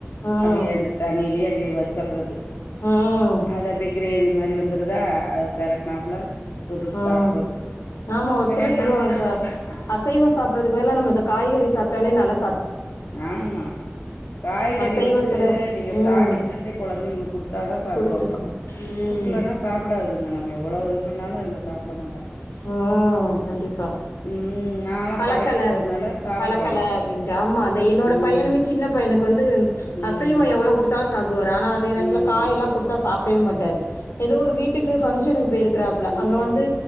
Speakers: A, on the left (about 85°); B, on the left (about 70°).
A: ம்,
B: அப்டியே அந்த தண்ணிலியே அப்டியே வச்சறது
A: ம்.
B: அது அப்டி கிரேவி மாரி வந்துருதா அது பெரட்னாப்புல தொட்டுட்டு
A: ம்
B: சாப்ட்றது
A: ஆமா ஒரு
B: வேணாமன்னா
A: சிலர் சொல்லுவாங்க அசைவ சாப்பிறது பதில நம்ம இந்த காய்கறி சாப்ட்டாலே நல்ல
B: ஆமா காய்கறி
A: அசைவத்தில்
B: வந்து நீங்க ஸ்டார்ட்டிங்ல
A: ம்
B: இருந்தே கொழந்தைங்களுக்கு கொடுத்தாதா ஸ் சாப்டுவாங்க
A: கொடுத்துருக்கோம் ம்
B: குடுக்கலனா சாப்பிடாதுங்க நம்ம எவ்ளவு இது பண்ணாலு அதுங்க சாப்பட மாட்டாங்க
A: ம் கண்டிப்பா
B: ம் நாலா
A: பழக்கல
B: பழக்கி வுட்டதுனால சாப்புட்றாங்க
A: பழக்கல அப்டின்ட்டு ஆமா அத என்னோட
B: ம்
A: பையனுமே சின்ன பையனுக்கு வந்து
B: ம்
A: அசைவ எவ்ளவு கொடுத்தாலு ச ப்டுவாரு ஆனா அதே நேரத்தில
B: ம்
A: காய் எல்லா குடுத்தா சாப்டவே மாட்டாரு ஏதோ ஒரு வீட்டுக்கு பங்க்ஷனுக்கு போய்ருக் கிராப்ல
B: ம்
A: அங்க வந்து